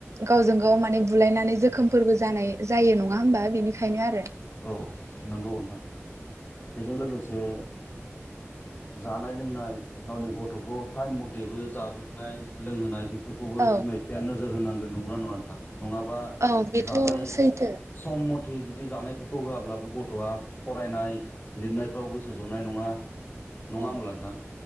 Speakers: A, on the right; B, on the left.
A: गावजों गाव माने बुलायनानै जोखोमफोरबो जानाय जायो नङा होमबा बेनिखायनो आरो।
B: औ नंगौ नोंथां बेजों लोगोसे जानाय लोंनाय गावनि गथ'खौ टाइम मथेबो जाहोनाय लोंहोनाय बे फोरखौबो
A: औ
B: बिमा बिफाया नोजोर होनांगोन। नंगौना नङा नोंथां? नङाबा
A: औ बेथ'
B: जानाय
A: सैथो
B: सम मथे जुदि जानायफोरखौ होआब्ला ओ गथ'आ फरायनाय लिरनायफ्राव गोसो जनाय नङा। नङा
A: औ
B: होमब्ला नोंथां